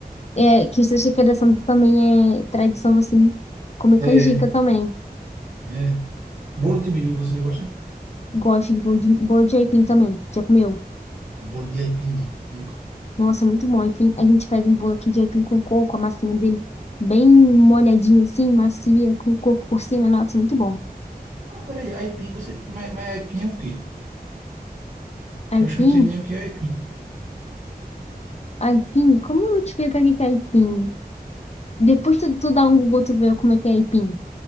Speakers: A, on the left (about 40°); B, on the right (about 50°).
A: É, que sexta-feira também é tradição, assim, comer canjica
B: É,
A: também.
B: é. Bolo de milho, vocês gostam?
A: Gosto de bolo de, bolo de aipim também. Já comeu?
B: Bolo de aipim, não, nunca.
A: Nossa, é muito bom. Aipim, a gente faz um bolo aqui de aipim com coco, a massinha dele bem molhadinha assim, macia, com coco por cima. Nossa, é muito bom.
B: Ah, peraí, aipim, você... Mas, mas aipim é o quê?
A: Aipim.
B: Que eu acho que eu não sei nem o que é aipim.
A: Aipim? Como eu te explicar o que que é aipim? Depois tu, tu dá um Google, tu vê como é que é aipim.